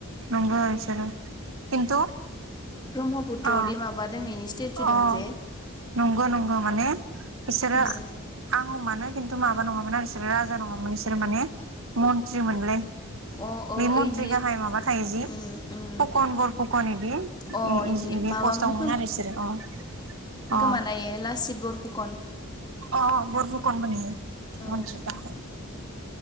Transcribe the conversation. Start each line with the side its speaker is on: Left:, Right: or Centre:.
Right: नंगौ इसो खिन्थु
Left: ब्रह्मपुत्रदि
Right: अ
Left: माबा दों इनि स्टेचु
Right: अ
Left: दं जे
Right: नंगौ नंगौ माने बिसोरो
Left: उम
Right: आं मानो खिन्थु माबा नङामोन आरो बिसोरो राजा नङामोन बिसोर माने मन्त्रि मोनलै
Left: अ
Right: बे
Left: ओइदि
Right: मन्त्रि गाहाय माबा थायो जि
Left: उम उम
Right: फुकन गल फुकन बिदि
Left: अ इदि
Right: बिदि
Left: माबामोन
Right: पस्तावमोन आरो बिसोरो अ अ
Left: बानायनायो लासित बरफुखन
Right: अ बरफुकनमोननो मन्थि
Left: ओं
Right: <unintelligible>